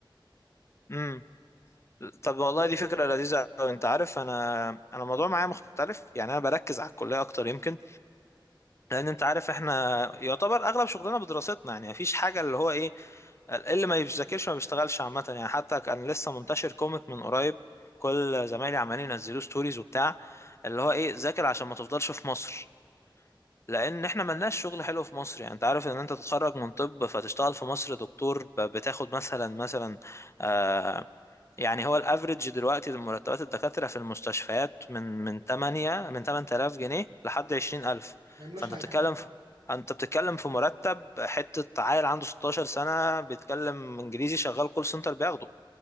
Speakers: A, on the left; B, on the right.
A: امم طب والله
B: اللي هو
A: دي
B: ما
A: فكرة لذيذة أوي أنت عارف أنا أنا الموضوع معايا مختلف يعني أنا بركز على الكلية أكتر يمكن لأن أنت عارف إحنا يعتبر أغلب شغلنا بدراستنا يعني مفيش حاجة اللي هو إيه اللي ما بيذاكرش ما بيشتغلش عامة يعني حتى كان لسه منتشر كوميك من قريب كل زمايلي عمالين ينزلوا ستوريز وبتاع اللي هو ايه ذاكر عشان ما تفضلش في مصر لان احنا ملناش شغل حلو في مصر يعني انت عارف ان انت تتخرج من طب فتشتغل في مصر دكتور ب- بتاخد مثلا مثلا آه يعني هو الافريج دلوقتي مرتبات الدكاترة في المستشفيات من من 8 من 8000 جنيه لحد 20000
B: يعملوش
A: فانت
B: حاجه
A: بتتكلم في انت بتتكلم في مرتب حتة عيل عنده 16 سنة بيتكلم انجليزي شغال كول سنتر بياخده